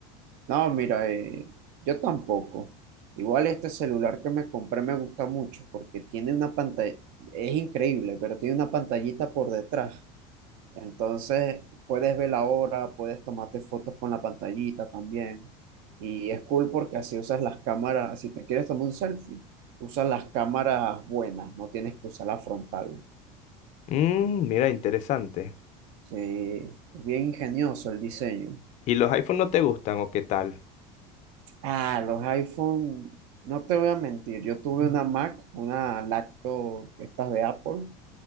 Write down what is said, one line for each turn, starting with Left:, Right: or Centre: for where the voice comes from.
Right: No, mira, eh, yo tampoco. Igual este celular que me compré me gusta mucho porque tiene una pantalla, es increíble, pero tiene una pantallita por detrás Entonces, puedes ver la hora, puedes tomarte fotos con la pantallita también. Y es cool porque así usas las cámaras, si te quieres tomar un selfie, usas las cámaras buenas, no tienes que usar la frontal.
Left: Mm, mira, interesante.
Right: Sí, es bien ingenioso el diseño.
Left: ¿Y los iPhone no te gustan o qué tal?
Right: Ah, los iPhone, no te voy a mentir, yo tuve una Mac, una lacto, estas de Apple,